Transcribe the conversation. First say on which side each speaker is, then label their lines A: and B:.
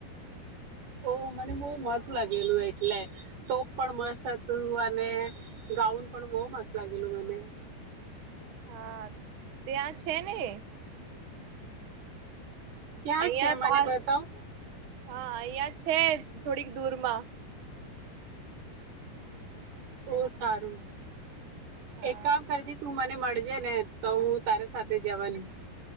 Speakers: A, on the right; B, on the right.
A: ઓ મને બહુ મસ્ત લાગેલું એટલે તો પણ મસ્ત.. તું અને ગાઉન પણ બહુ મસ્ત લાગેલું મને
B: હા ત્યાં છે ને
A: ક્યાં
B: અહિયાં
A: છે મને
B: પાસ
A: બતાવ
B: હા અહિયા છે થોડીક દૂરમાં
A: બઉ સારું
B: હા
A: એક કામ કર જે તું મને.. ને મળજે ને તો હું તારે સાથે જવાની